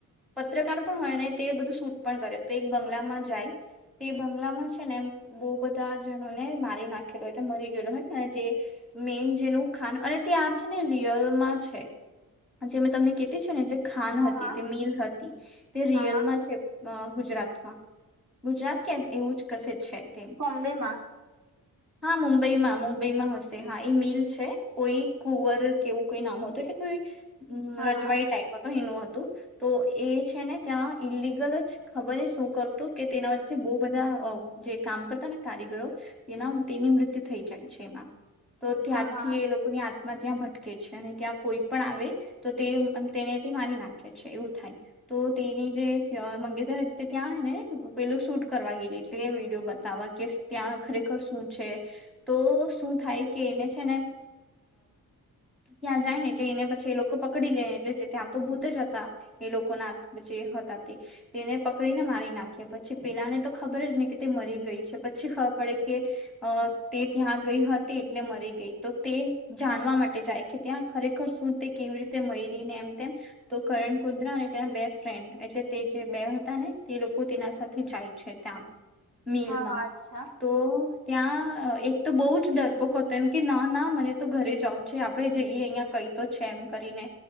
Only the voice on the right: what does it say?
હા
હા
હા હા
કોમ્બેમાં.
હા
હા હા હા
હા હા અચ્છા